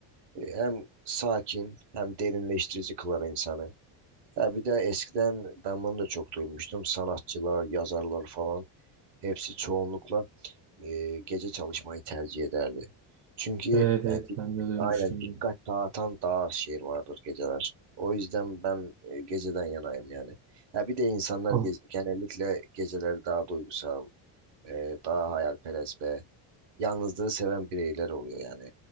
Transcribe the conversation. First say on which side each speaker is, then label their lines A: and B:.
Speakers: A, on the right; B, on the right.
A: e, hem sakin hem derinleştirici kılar insanı. Ha bir de eskiden ben bunu da çok duymuştum. Sanatçılar, yazarlar falan Hepsi çoğunlukla e, gece çalışmayı tercih ederdi. Çünkü
B: Evet
A: yani,
B: evet
A: dik-
B: ben de duymuştum
A: aynen dikkat
B: bunu.
A: dağıtan daha az şey vardır geceler. O yüzden ben e, geceden yanayım yani. Ya bir de insanlar
B: Al,
A: ge- genellikle geceleri daha duygusal, e, daha hayalperest ve yalnızlığı seven bireyler oluyor yani